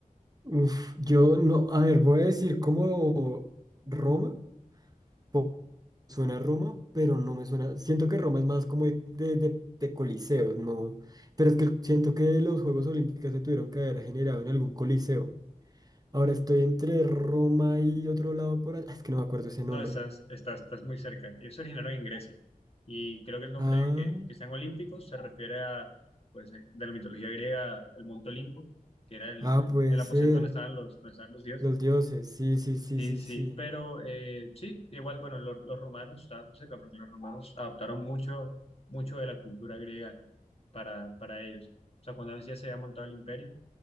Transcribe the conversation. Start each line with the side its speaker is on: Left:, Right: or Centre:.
Right: Uf, yo no, a ver, voy a decir como Roma, po- suena a Roma, pero no me suena, siento que Roma es más como de, de, de- de coliseos, no, pero es que siento que los Juegos Olímpicos se tuvieron que haber generado en algún coliseo. Ahora estoy entre Roma y otro lado por allá, <laughs> es que no me acuerdo ese
Left: No,
Right: nombre.
Left: estás, estás, estás muy cerca. Ellos se originaron en Grecia y creo que el nombre
Right: Ah,
Left: que, que sean olímpicos se refiere a, pues, eh, de la mitología griega, el Monte Olimpo, que era el,
Right: ah,
Left: el-
Right: puede
Left: el aposento
Right: ser,
Left: donde estaban los, donde estaban los dioses.
Right: los dioses, sí, sí, sí,
Left: Sí,
Right: sí,
Left: sí,
Right: sí,
Left: sí. pero eh, sí, igual, bueno, los, los romanos, estaban cerca porque los romanos adoptaron mucho, mucho de la cultura griega para, para ellos. O sea, cuando ya se había montado el imperio,